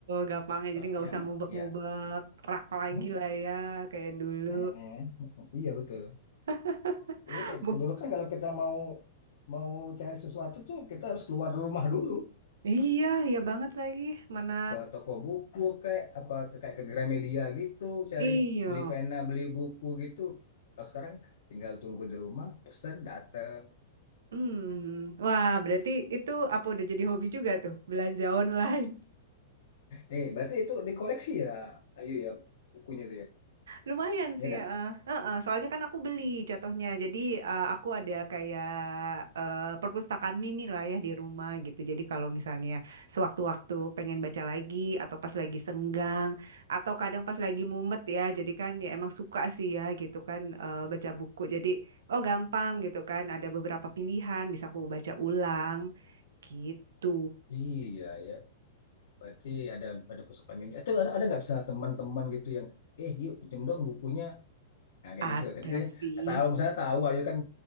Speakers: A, on the right; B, on the left.
A: Gampangnya
B: kok
A: jadi nggak
B: ya
A: usah
B: ma-
A: ngubek-ngubek
B: ya
A: rak lagi
B: Hmm,
A: lah ya kayak dulu.
B: eh, eh. iya betul
A: <laughs>
B: Iya kayak
A: Bu,
B: dulu kan kalau kita mau mau cari sesuatu tuh kita harus keluar dari rumah dulu.
A: iya, iya banget lagi. Mana
B: ke toko buku kayak apa ke kayak ke Gramedia gitu cari
A: iyo.
B: beli pena beli buku gitu kalau sekarang tinggal tunggu di rumah pesan datang
A: Hmm. Wah, berarti itu apa udah jadi hobi juga tuh belanja online.
B: Eh, berarti itu dikoleksi ya, Ayu ya, bukunya itu ya,
A: Lumayan
B: ya
A: sih,
B: kan?
A: heeh. Heeh, soalnya kan aku beli jatuhnya. Jadi eh, aku ada kayak eh, perpustakaan mini lah ya di rumah gitu. Jadi kalau misalnya sewaktu-waktu pengen baca lagi atau pas lagi senggang atau kadang pas lagi mumet ya. Jadi kan ya emang suka sih ya gitu kan eh, baca buku. Jadi oh gampang gitu kan ada beberapa pilihan bisa aku baca ulang gitu.
B: Iya ya, berarti ada ada pusaka mini. itu ada ada nggak bisa teman-teman gitu yang, eh yuk pinjem dong bukunya, nah, kayak
A: Ada
B: gitu kan.
A: sih.
B: Kan tahu misalnya tahu Ayu kan